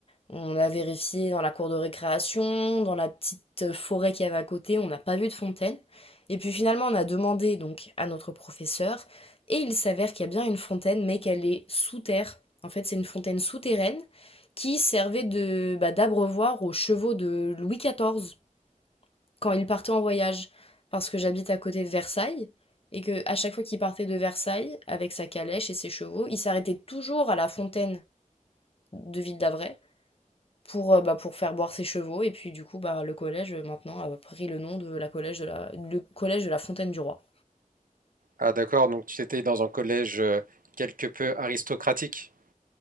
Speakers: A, on the left (about 45°); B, on the right (about 75°).
A: On a vérifié dans la cour de récréation, dans la petite euh, forêt qu'il y avait à côté, on n'a pas vu de fontaine. Et puis finalement, on a demandé donc à notre professeur, et il s'avère qu'il y a bien une fontaine, mais qu'elle est sous terre. En fait, c'est une fontaine souterraine qui servait de bah, d'abreuvoir aux chevaux de Louis XIV quand il partait en voyage. Parce que j'habite à côté de Versailles, et que à chaque fois qu'il partait de Versailles avec sa calèche et ses chevaux, il s'arrêtait toujours à la fontaine de Ville d'Avray pour, heu, bah, pour faire boire ses chevaux et puis du coup, bah, le collège, heu, maintenant a pris le nom de la collège de la le collège de la Fontaine du Roi.
B: Ah d'accord, donc tu étais dans un collège euh, quelque peu aristocratique.